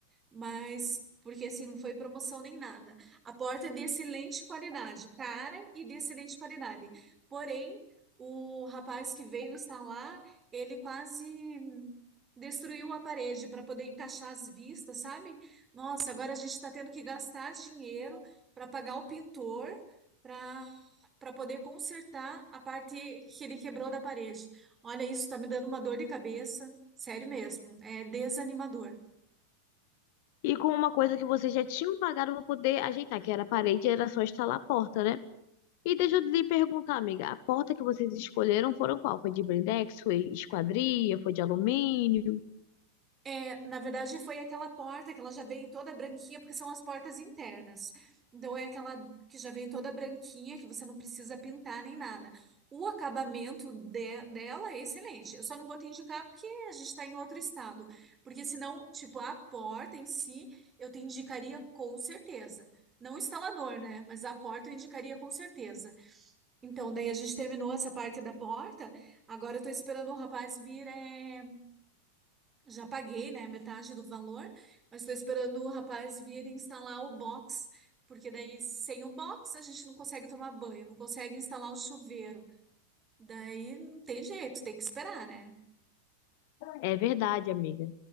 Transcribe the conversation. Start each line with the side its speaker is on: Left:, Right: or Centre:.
Right: mas. Porque assim, não foi promoção nem nada. A porta é de excelente qualidade, cara e de excelente qualidade. Porém, o rapaz que veio instalar, ele quase destruiu a parede para poder encaixar as vistas, sabe? Nossa, agora a gente está tendo que gastar dinheiro para pagar o pintor para para poder consertar a parte que ele quebrou da parede. Olha, isso está me dando uma dor de cabeça, sério mesmo, é desanimador.
Left: E com uma coisa que vocês já tinham pagado para poder ajeitar, que era a parede, era só instalar a porta, né? E deixa eu lhe perguntar, amiga, a porta que vocês escolheram foram qual? Foi de blindex, foi esquadria, foi de alumínio?
Right: É, na verdade, foi aquela porta que ela já vem toda branquinha, porque são as portas internas. Então, é aquela que já vem toda branquinha, que você não precisa pintar nem nada. O acabamento de- dela é excelente. Eu só não vou te indicar porque a gente está em outro estado. Porque senão, tipo, a porta em si, eu te indicaria com certeza. Não o instalador, né? Mas a porta eu indicaria com certeza. Então, daí a gente terminou essa parte da porta. Agora eu tô esperando o rapaz vir, é, já paguei, né, metade do valor, mas estou esperando o rapaz vir instalar o box, porque daí sem o box a gente não consegue tomar banho, não consegue instalar o chuveiro. Daí não tem jeito, tem que esperar, né?
Left: É verdade, amiga.